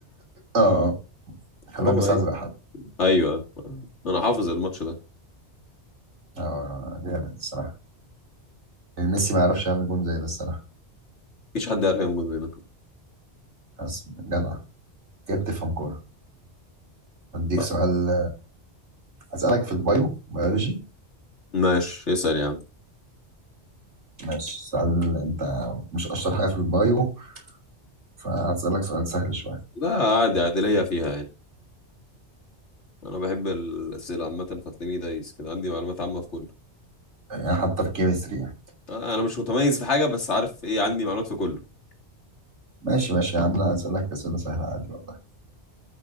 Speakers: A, on the right (about 85°); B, on the left (about 80°).
A: اه اه كان
B: هو
A: لابس
B: ايوه
A: ازرق حد
B: ايوه انا حافظ الماتش ده
A: اه جامد الصراحه يعني ميسي ما يعرفش يعمل جون زي ده الصراحه
B: مفيش حد يعرف يعمل جول زي ده
A: بس جدع كيف بتفهم كوره اديك
B: طب،
A: سؤال اسالك في البايو بيولوجي
B: ماشي اسال يا عم
A: ماشي سؤال انت مش اشطر حاجه في البايو فهسالك سؤال سهل شويه
B: لا عادي عادي ليا فيها يعني انا بحب الاسئله عامه فتلاقيني دايس كده عندي معلومات عامه في كله
A: يعني حتى في الكيمستري يعني
B: انا مش متميز في حاجه بس عارف ايه عندي معلومات في كله
A: ماشي ماشي يا عم لا اسالك اسئله سهله عادي والله